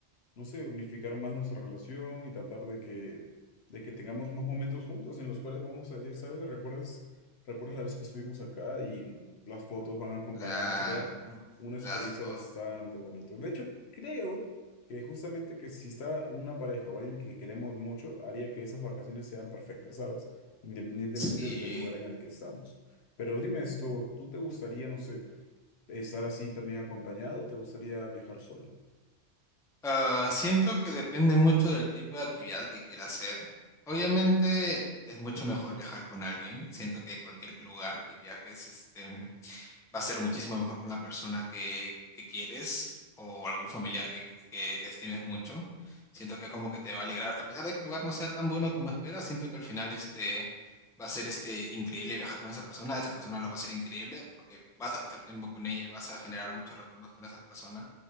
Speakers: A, on the left; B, in the centre.
A: no sé, unificar más nuestra relación y tratar de que, de que tengamos más momentos juntos en los cuales vamos a decir, ¿sabes? ¿Recuerdas, recuerdas la vez que estuvimos acá y las fotos van a acompañarnos?
B: claro.
A: Sería
B: ¿no?
A: una
B: Las
A: experiencia
B: fotos.
A: bastante bonita. De hecho, creo que justamente que si está una pareja o alguien que queremos mucho, haría que esas vacaciones sean perfectas, ¿sabes? Independientemente
B: Sí.
A: del lugar en el que estamos. Pero dime esto, ¿tú te gustaría, no sé, estar así también acompañado, te gustaría viajar solo?
B: Ah, siento que depende mucho del tipo de actividad que quiera hacer. Obviamente es mucho mejor viajar con alguien. Siento que cualquier lugar que viajes, este, va a ser muchísimo mejor con la persona que, que quieres o algún familiar que, que estimes mucho. Siento que como que te va a alegrar, a pesar de que el lugar no sea tan bueno como esperas, siento que al final este va a ser este increíble viajar con esa persona, esa persona lo va a ser increíble porque vas a pasar tiempo con ella y vas a generar muchos recuerdos con esa persona.